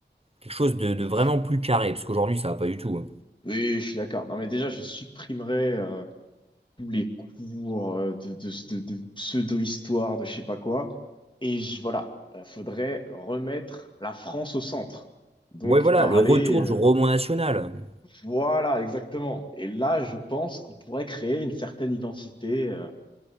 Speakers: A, on the right; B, on the left.
A: quelque chose de, de vraiment
B: je suis-
A: plus carré, parce qu'aujourd'hui, ça va pas du tout. Oui,
B: oui, je suis d'accord. Non mais déjà je supprimerai euh, tous les cours euh, de, de, de- de pseudo-histoire, de je sais pas quoi. Et je- voilà, euh, faudrait remettre la France au centre. Donc
A: voilà,
B: parler,
A: le retour
B: euh,
A: du roman national.
B: voilà, exactement. Et là, je pense qu'on pourrait créer une certaine identité euh,